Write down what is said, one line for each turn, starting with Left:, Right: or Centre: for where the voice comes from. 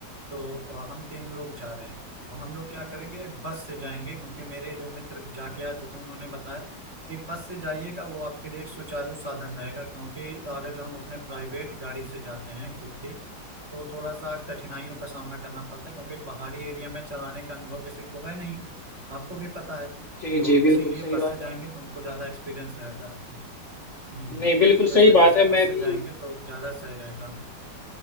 Right: तो अ, हम तीन लोग जा रहे हैं और हम लोग क्या करेंगे बस से जाएंगे क्योंकि मेरे जो मित्र जाके आ चुके हैं उन्होंने बताया कि बस से जाइएगा वो आपके लिए एक सुचारू साधन रहेगा क्योंकि अगर जो हम अपने प्राइवेट गाड़ी से जाते हैं खुद की तो थोड़ा सा कठिनाइयों का सामना करना पड़ता है क्योंकि पहाड़ी एरिया में चलाने का अनुभव किसी को है नहीं आपको भी पता है
Left: जी
Right: तो
Left: जी
Right: इसीलिए
Left: बिल्कुल सही
Right: बस
Left: बात
Right: से जाएंगे
Left: है
Right: तो उनको ज़्यादा एक्सपीरियंस रहेगा हम्म,
Left: नहीं बिल्कुल
Right: तो इस
Left: सही
Right: वजह
Left: बात
Right: से
Left: है
Right: बस
Left: मैं
Right: से
Left: भी
Right: जाएंगे तो ज्यादा सही रहेगा